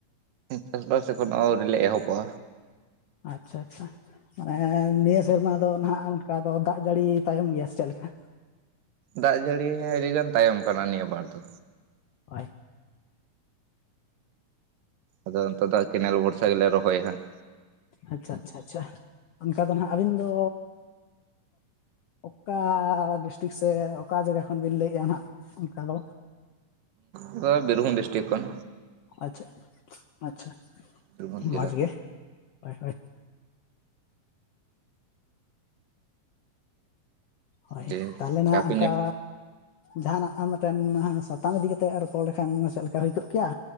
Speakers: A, on the right; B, on the left.
A: ᱪᱟᱥᱵᱟᱥ ᱮᱠᱷᱚᱱ ᱦᱚ ᱟᱹᱣᱨᱤ ᱞᱮ ᱮᱦᱚᱵᱟ
B: ᱟᱪᱪᱷᱟ ᱟᱪᱪᱷᱟ ᱢᱟᱱᱮ ᱱᱤᱭᱟᱹ ᱥᱮᱨᱢᱟ ᱫᱚ ᱱᱟᱦᱟᱜ ᱚᱱᱠᱟ ᱫᱚ ᱫᱟᱜ ᱡᱟᱹᱲᱤ ᱛᱟᱭᱚᱢ ᱜᱮᱭᱟ ᱥᱮ ᱪᱮᱫ ᱞᱮᱠᱟ
A: ᱫᱟᱜ ᱡᱟᱹᱲᱤ ᱟᱹᱰᱤᱜᱟᱱ ᱛᱟᱭᱚᱢ ᱠᱟᱱᱟ ᱱᱤᱭᱟᱹ ᱵᱟᱨ ᱫᱚ
B: ᱦᱳᱭ
A: ᱟᱫᱚ ᱱᱮᱛᱚᱜ ᱫᱚ ᱠᱮᱱᱮᱞ ᱵᱦᱚᱨᱥᱟ ᱜᱮᱞᱮ ᱨᱚᱦᱚᱭᱟ ᱦᱟᱸᱜ
B: ᱟᱪᱪᱷᱟ ᱟᱪᱪᱷᱟ ᱟᱪᱪᱷᱟ ᱚᱱᱠᱟ ᱫᱚ ᱦᱟᱸᱜ ᱟᱹᱵᱤᱱ ᱫᱚ ᱚᱠᱟ ᱰᱤᱥᱴᱤᱠ ᱥᱮ ᱚᱠᱟ ᱡᱟᱜᱟ ᱠᱷᱚᱱ ᱵᱤᱱ ᱞᱟᱹᱭᱮᱜᱼᱟ ᱱᱟᱜ ᱚᱱᱠᱟ ᱫᱚ
A: ᱩᱠᱟ ᱵᱤᱨᱵᱷᱩᱢ ᱰᱤᱥᱴᱤᱠ ᱠᱷᱚᱱ
B: ᱟᱪᱪᱷᱟ ᱟᱪᱪᱷᱟ
A: ᱵᱤᱨᱵᱷᱩᱢ ᱡᱮᱞᱟ
B: ᱢᱚᱡᱽ ᱜᱮ ᱦᱳᱭ ᱦᱳᱭ ᱦᱳᱭ
A: ᱡᱮ
B: ᱛᱟᱦᱚᱞᱮ ᱱᱦᱟᱜ
A: ᱪᱟ ᱠᱚ
B: ᱟᱝᱠᱟ
A: ᱧᱩ
B: ᱡᱟᱦᱟᱱᱟᱜ ᱟᱨ ᱢᱤᱫᱴᱮᱱ ᱥᱟᱛᱟᱢ ᱤᱫᱤ ᱠᱟᱛᱮᱜ ᱨᱚᱯᱚᱲ ᱞᱮᱠᱷᱟᱱ ᱪᱮᱫ ᱞᱮᱠᱟ ᱦᱩᱭ ᱠᱚᱜ ᱠᱮᱭᱟ